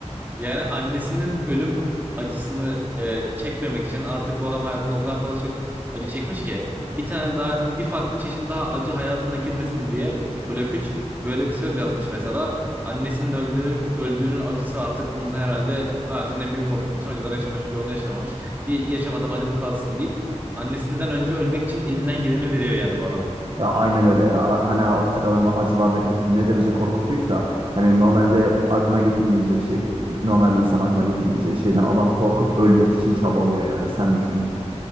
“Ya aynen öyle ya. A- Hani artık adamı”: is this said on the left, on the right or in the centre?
Right